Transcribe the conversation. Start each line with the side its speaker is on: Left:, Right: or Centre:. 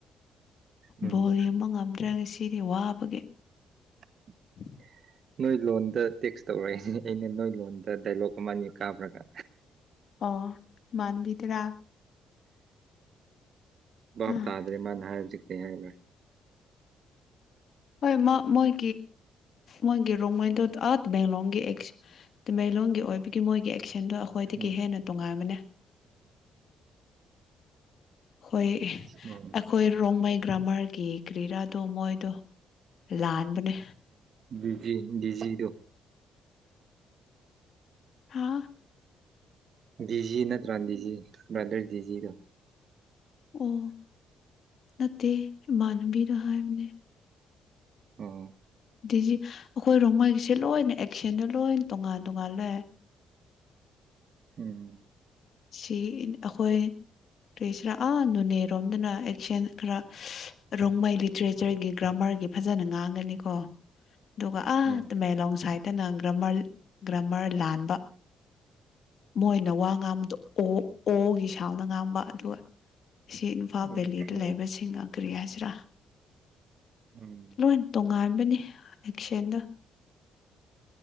Right: ꯎꯝ
Left: ꯕꯣꯜ ꯌꯦꯕ ꯉꯝꯗ꯭ꯔꯒ ꯁꯤꯗꯤ ꯋꯥꯕꯒꯤ
Right: <unintelligible> <inaudible>
Left: <unintelligible> <inaudible>
Right: ꯅꯣꯏ ꯂꯣꯟꯗ ꯇꯦꯛꯁ ꯇꯧꯔꯛꯏꯅꯦ ꯑꯩꯅ ꯅꯣꯏ ꯂꯣꯟꯗ ꯗꯥꯏꯂꯣꯛ ꯑꯃ ꯑꯅꯦ ꯀꯥꯕ꯭ꯔꯒ
Left: ꯑꯣ ꯏ ꯃꯅꯕꯤꯗꯥ
Right: ꯕꯥꯞ
Left: ꯍꯣꯏ
Right: ꯇꯥꯗꯔꯃꯟ ꯍꯥꯏꯖꯤꯀ ꯍꯥꯏ
Left: ꯍꯣꯏ ꯃꯥ ꯃꯥꯦ ꯃꯥꯒꯤꯦ ꯔꯣꯣꯏꯗ ꯑꯇ ꯦꯡꯂꯣꯒꯦ ꯑꯦꯁ ꯇꯃꯦꯩꯂꯣꯟꯒꯤ ꯑꯣꯏꯕꯒꯤ ꯃꯣꯏꯒꯤ ꯑꯦꯛꯁꯟꯗꯣ ꯑꯩꯈꯣꯏꯗꯒꯤ
Right: ꯎꯝ
Left: ꯍꯦꯟꯅ ꯇꯣꯉꯥꯏꯕꯅꯦ ꯍꯣꯏ
Right: ꯎꯝ
Left: ꯑꯩꯈꯣꯏ ꯔꯣꯡꯃꯩ ꯒ꯭ꯔꯥꯃꯔꯒꯤ ꯀ꯭ꯔꯤꯔꯥꯗꯣ ꯃꯣꯏꯗꯣ ꯂꯥꯟꯕꯅꯦ
Right: ꯕꯤꯖꯤ ꯗꯤꯖꯤꯗꯨ
Left: ꯍꯥꯥ
Right: ꯗꯤꯖꯤ ꯅꯠꯇ꯭ꯔꯥ ꯗꯤꯖꯤ ꯕ꯭ꯔꯥꯗꯔ ꯗꯤꯖꯤꯗꯣ
Left: ꯑꯣ ꯅꯠꯇꯃꯅꯕꯤ ꯔꯥꯅꯦ
Right: ꯑꯣ
Left: ꯗꯤꯖꯤ ꯑꯩꯈꯣꯏ ꯔꯣꯡꯃꯩꯒꯤꯁꯦ ꯂꯣꯏꯅ ꯑꯦꯛꯁꯟꯗ ꯂꯣꯏꯅ ꯇꯣꯉꯥꯟ ꯇꯣꯉꯥꯟ ꯂꯩ <unintelligible> <inaudible>
Right: ꯍꯝ
Left: ꯁꯤ ꯑꯩꯈꯣꯏ ꯀꯔꯤꯁꯔꯑ ꯅꯅꯦ ꯔꯣꯝꯗꯅ ꯑꯦꯛꯁꯟ ꯈꯔ ꯔꯣꯡꯃꯩ ꯂꯤꯇꯔꯦꯆꯔꯒꯤ ꯒ꯭ꯔꯥꯃꯔꯒꯤ ꯐꯖꯅ ꯉꯥꯡꯒꯅꯤꯀꯣ ꯑꯗꯨꯒꯒ ꯑ
Right: ꯎꯝ
Left: ꯃ ꯂꯣꯡ ꯁꯥꯥꯏ ꯈꯦꯛꯇꯅ ꯒ꯭ꯔꯃꯔ ꯒ꯭ꯔꯃꯔ ꯂꯥꯟꯕ ꯃꯣꯏꯅ ꯋꯥ ꯉꯥꯡꯕꯗꯣ ꯑꯣ ꯑꯣꯒꯤ ꯁꯥꯎꯅ ꯉꯥꯝꯕ ꯑꯗꯨꯒ ꯑꯁꯤ ꯏꯝꯐꯥꯜ
Right: ꯑꯣꯀꯦ
Left: ꯕꯦꯂꯤꯗ ꯂꯩꯕꯁꯤꯡ ꯑꯒ꯭ꯔꯤ ꯍꯥꯏꯖꯔꯥ
Right: ꯎꯝ
Left: ꯂꯣꯏ ꯇꯣꯡꯉꯥꯏ ꯕꯅꯤ ꯑꯦꯗ